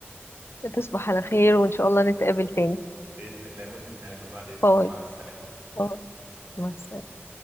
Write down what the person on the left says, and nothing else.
تصبح على خير وإن شاء الله نتقابل تاني
باي
باي مع السلامة